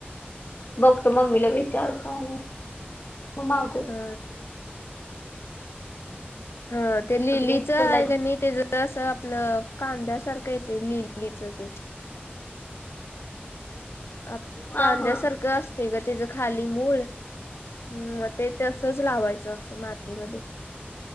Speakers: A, on the left; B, on the left.
A: बघ तो मम्मीला विचारतो आणि मग मागवतो.
B: हा हा ते लिलीचं
A: आपले फुलाचे
B: आहे का नाई त्याजं असं आपलं कांद्यासारखं येतयं लिलीचं ते. आप
A: हा
B: कांद्यासारखं
A: हा
B: अस ते ग त्याच खाली मूळ हं मग ते तसच लावायचं असं मातीमध्ये.